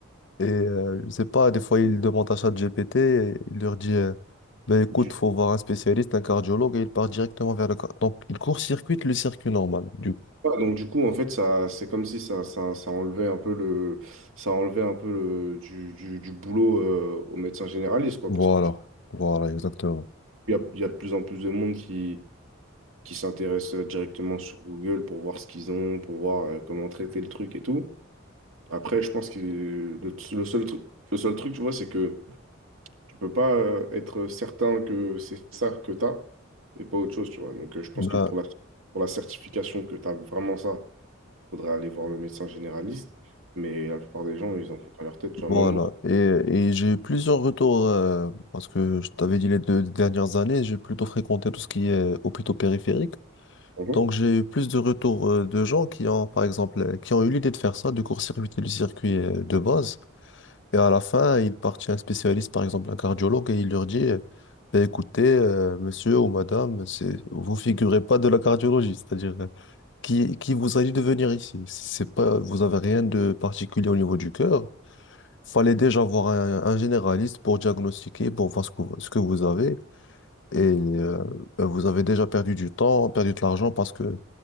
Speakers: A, on the left; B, on the right.
A: et, euh, je sais pas, des fois, ils demandent à ChatGPT et il leur dit, euh, ben écoute,
B: Du-
A: faut voir un spécialiste, un cardiologue, et il part directement vers le... car- Donc, il court-circuite le circuit normal, du coup.
B: Ouais, donc du coup en fait ça c'est comme si ça, ça, ça enlevait un peu le ça enlevait un peu le- du, du, du boulot euh, aux médecins généralistes quoi
A: Voilà,
B: parce que tu-
A: voilà, exactement.
B: il y a, il y a de plus en plus de monde qui qui s'intéresse euh, directement sur Google pour voir ce qu'ils ont pour voir euh, comment traiter le truc et tout après je pense que le, le seul truc le seul truc tu vois c'est que tu peux pas euh, être certain que c'est ça que tu as et pas autre chose tu vois donc euh, je pense
A: Ben,
B: que pour la pour la certification que tu as vraiment ça faudrait aller voir le médecin généraliste. Mais la plupart des gens, ils en font qu'à leur tête. Tu vois,
A: voilà.
B: même moi,
A: Et, et j'ai eu plusieurs retours, euh, parce que je t'avais dit les deux dernières années, j'ai plutôt fréquenté tout ce qui est euh, hôpitaux périphériques.
B: Mhm.
A: Donc j'ai eu plus de retours euh, de gens qui ont, par exemple, euh, qui ont eu l'idée de faire ça, de court-circuiter le circuit euh, de base. Et à la fin, il part chez un spécialiste, par exemple un cardiologue, et il leur dit, euh, Ben, écoutez, euh, monsieur ou madame, c'est, vous figurez pas de la cardiologie, c'est-à-dire euh, qui, qui vous a dit de venir ici. C'est pas, vous avez rien de particulier au niveau du cœur. Fallait déjà voir un, un généraliste pour diagnostiquer, pour voir ce que, vous- ce que vous avez. Et euh, ben, vous avez déjà perdu du temps, perdu de l'argent parce que